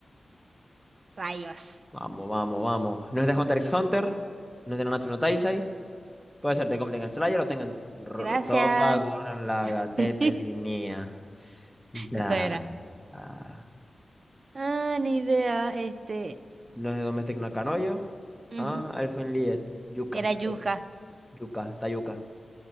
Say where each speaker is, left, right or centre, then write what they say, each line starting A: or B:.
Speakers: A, on the right (about 40°); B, in the centre.
A: Rayos.
B: Vamos, vamos, vamos. No es de Hunter x Hunter. No es de Nanatsu no Taizai. Puede ser de Goblin Slayer o tengan R-
A: Gracias.
B: Toppa, Gurren Lagann, Teppel
A: <laughs>
B: y Nia. Da.
A: Esa era.
B: Ah.
A: Ah, ni idea. Este.
B: No es de Domestic no Kanoyo.
A: ujú,
B: Ah, Elfen Lied. Yuka.
A: Era yuca,
B: Ok. Yuka, está Yuka.